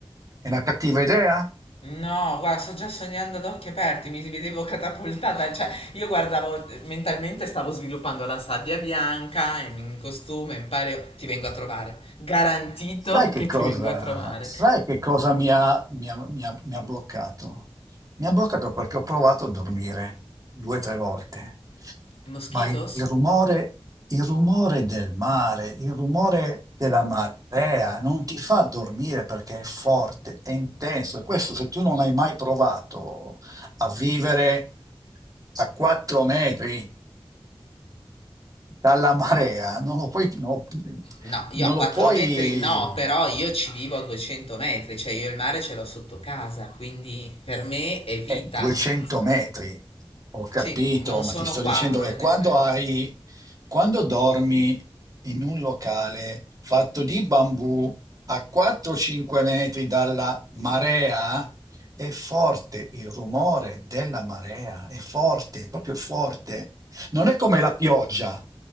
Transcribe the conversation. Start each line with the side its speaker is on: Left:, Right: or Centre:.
Right: è una cattiva idea?
Left: No, guarda, sto già sognando ad occhi aperti, mi vedevo catapultata, cioè io guardavo mentalmente stavo sviluppando la sabbia bianca in in costume, in pareo, ti vengo a trovare. Garantito
Right: Sai che
Left: che
Right: cosa,
Left: ti vengo a trovare.
Right: sai che cosa mi ha, mi ha- mi ha- mi ha bloccato? Mi ha bloccato perché ho provato a dormire due o tre volte,
Left: I moschitos?
Right: ma il rumore, il rumore del mare, il rumore della marea non ti fa dormire perché è forte, è intenso. E Questo se tu non hai mai provato a vivere a quattro metri dalla marea, non lo puoi, non lo
Left: No, io
Right: non
Left: a 4
Right: lo puoi.
Left: metri no, però io ci vivo a 200 metri, cioè io il mare ce l'ho sotto casa, quindi per me è vita.
Right: Eh, 200 metri, ho capito,
Left: Sì, non
Right: ma
Left: sono
Right: ti sto
Left: 4
Right: dicendo che
Left: in
Right: quando
Left: effetti.
Right: hai, quando dormi in un locale fatto di bambù a 4-5 metri dalla marea, è forte il rumore della marea, è forte, proprio forte. Non è come la pioggia,